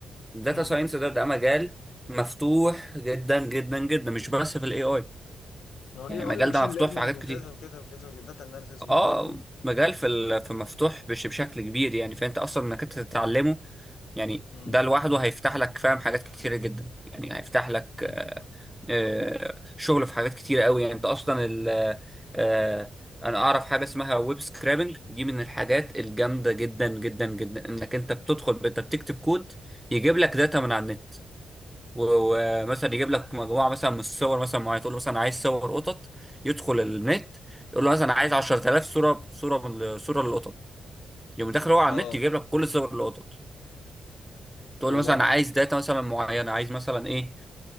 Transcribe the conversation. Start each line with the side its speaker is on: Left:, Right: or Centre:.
Centre: الداتا
Left: مم.
Centre: ساينس ده ده مجال مفتوح جدا جدا جدا مش بس في الاي اي
Left: ما هو
Centre: يعني
Left: اي اي
Centre: المجال
Left: وماشين
Centre: ده مفتوح
Left: ليرنينج
Centre: في حاجات
Left: وكذا
Centre: كتير
Left: وكذا وكذا وداتا اناليسيز والكلام
Centre: اه
Left: ده كله
Centre: مجال في ال- في مفتوح بش- بشكل كبير يعني فانت اصلا انك انت تتعلمه يعني
Left: مم.
Centre: ده لوحده هيفتح لك فاهم حاجات كتيرة جدا يعني هيفتح لك
Left: مم.
Centre: آه، آه، شغل في حاجات كتيرة قوي يعني انت اصلا ال آه، آه، انا اعرف حاجة اسمها ويب سكرابنج دي من الحاجات الجامدة جدا جدا جدا انك انت بتدخل انت بتكتب كود يجيب لك داتا من على النت و- ومثلا يجيب لك مجموعة مثلا من الصور مثلا معينة تقول له مثلا عايز صور قطط يدخل النت يقول له مثلا عايز 10000 صورة صورة من صورة للقطط يقوم داخل هو على
Left: اه
Centre: النت يجيب لك كل صور القطط تقول
Left: والله
Centre: له مثلا عايز داتا مثلا معينه عايز مثلا ايه